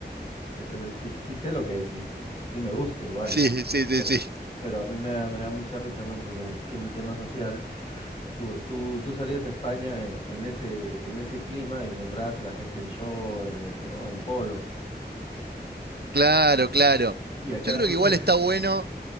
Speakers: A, on the left; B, on the right.
A: Entonces sí, sí sé lo que es, sí, sí, sí sí me gusta igual.
B: Sí, sí, sí,
A: Pe-
B: sí.
A: Pero a mí me da, me da mucha risa, ¿no? Porque en el, que en el tema social, tú, tú, tú salías a España en, en ese, en ese clima y encontrabas a la gente en short, en- ¿no? En polo.
B: Claro, claro.
A: Y acá
B: Yo creo
A: tú
B: que
A: sabes,
B: igual está bueno,